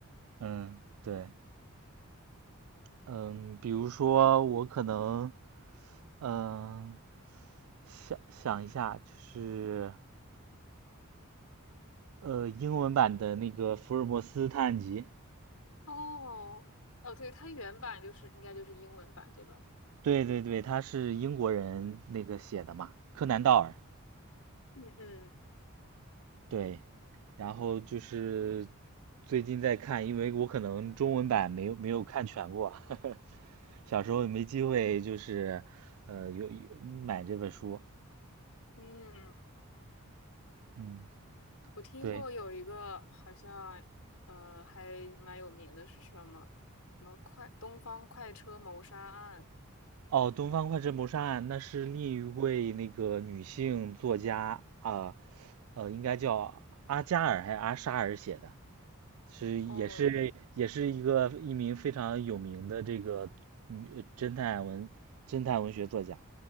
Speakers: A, on the right (about 75°); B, on the left (about 80°).
A: <laughs> 嗯，对，嗯，比如说我可能，嗯，想想一下，就是，呃，英文版的那个《福尔摩斯探案集》，
B: 哦，哦，对，它原版就是应该就是英文版，对吧？
A: 对对对，他是英国人那个写的嘛，柯南道尔，
B: 嗯
A: 对，然后就是最近在看，因为我可能中文版没有没有看全过，<laughs> 小时候没机会，就是呃有有买这本书。
B: 嗯，嗯，
A: 嗯，
B: 我听过有一个好像呃还蛮有名的是什么
A: 对，
B: 什么快东方快车谋杀案。
A: 哦，《东方快车谋杀案》那是另一位那个女性作家啊，呃，应该叫阿加尔还是阿沙尔写的，是也是也是一个一名非常有名的这个女侦探文侦探文学作家。
B: 哦，